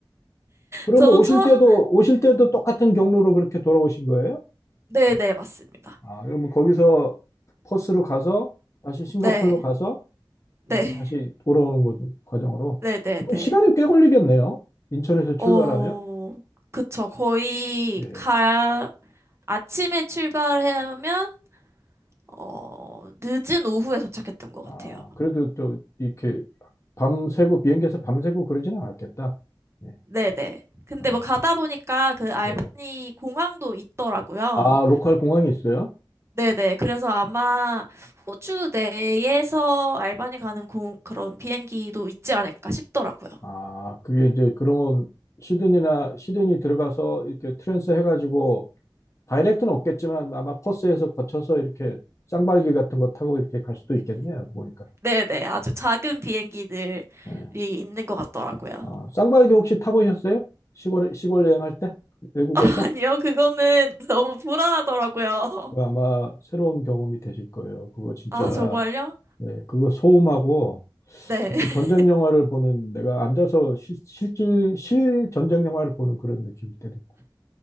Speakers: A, on the left; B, on the right.
A: 그러면
B: 저도
A: 오실
B: 처음엔,
A: 때도, 오실 때도 똑같은 경로로 그렇게 돌아오신 거예요?
B: 네네, 맞습니다.
A: 아, 그러면 거기서 퍼스로 가서, 다시 싱가포르로
B: 네,
A: 가서,
B: 네,
A: 이렇게 다시 돌아오는 거, 과정으로.
B: 네네네.
A: 그럼 시간이 꽤 걸리겠네요. 인천에서 출발하면.
B: 어, 그쵸. 거의
A: 예.
B: 가, 아침에 출발하면, 어, 늦은 오후에 도착했던 것 같아요.
A: 아, 그래도 또, 이렇게 밤새고, 비행기에서 밤새고 그러지는 않았겠다. 예.
B: 네네. 근데
A: 아,
B: 뭐 가다 보니까 그 알바니
A: 네.
B: 공항도 있더라고요.
A: 아, 로컬 공항이 있어요?
B: 네네. 그래서 아마 호주 내에서 알바니 가는 공, 그런 비행기도 있지 않을까 싶더라고요.
A: 아, 그게 이제, 그러면, 시드니나, 시드니 들어가서 이렇게 트랜스 해가지고 다이렉트는 없겠지만 아마 퍼스에서 거쳐서 이렇게 쌍발기 같은 거 타고 이렇게 갈 수도 있겠네요. 보니까.
B: 네네. 아주 작은 비행기들이
A: 예.
B: 있는 것 같더라고요.
A: 아, 쌍발기 혹시 타보셨어요? 시골 시골 여행할 때 외국에서
B: <laughs> 아니요. 그거는 너무 불안하더라고요.
A: 그거
B: <laughs>
A: 아마 새로운 경험이 되실 거예요. 그거 진짜
B: 아, 정말요?
A: 네, 그거 소음하고
B: 네.
A: 마치
B: <laughs>
A: 전쟁 영화를 보는 내가 앉아서 실, 실질 실 전쟁 영화를 보는 그런 느낌이 때도 있고.